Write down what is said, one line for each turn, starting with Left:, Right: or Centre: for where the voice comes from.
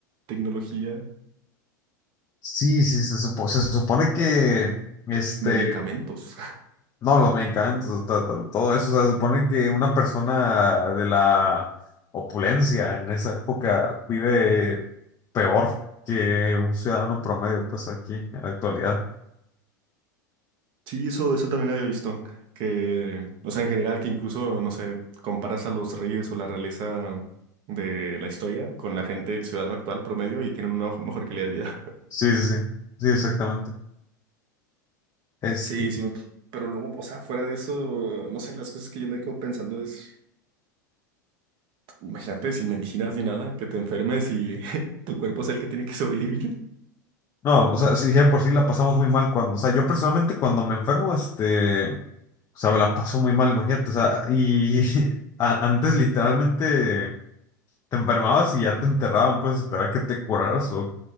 Right: tecnología,
Left: sí, sí, se, supo- se supone que, este,
Right: medicamentos. <laughs>
Left: no, los medicamentos, to- to- todo, eso, o sea, se supone que una persona de la opulencia en esa época vive peor que un ciudadano promedio, pues, aquí, en la actualidad.
Right: Sí, eso, eso también había visto. Que, o sea, en general, que incluso, no sé, comparas a los reyes o la realeza de la historia con la gente, el ciudadano actual promedio, y tienen una mejor calidad de vida.
Left: Sí, sí, sí, sí, exactamente. Este,
Right: Sí, sí, me- pero luego, o sea, fuera de eso, no sé, las cosas que yo me quedo pensando es. Imagínate sin medicinas ni nada, que te enfermes y <laughs> tu cuerpo es el que tiene que sobrevivir.
Left: No, o sea, sí, ya por sí la pasamos muy mal cuando, o sea, yo personalmente cuando me enfermo, este, o sea, me la paso muy mal, imagínate, o sea, y <laughs> a- antes literalmente te enfermabas y ya te enterraban, pues esperar que te curaras o,